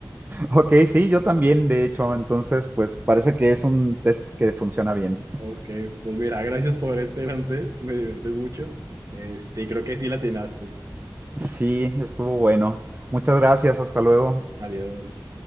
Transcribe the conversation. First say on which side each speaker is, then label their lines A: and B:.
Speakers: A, on the right; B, on the right.
A: Ok, sí, yo también, de hecho. Entonces, pues parece que es un test que funciona bien.
B: Ok, pues mira, gracias por este gran test, me divertí mucho. Este, creo que sí la atinaste.
A: Sí, estuvo bueno. Muchas gracias, hasta luego.
B: Adiós.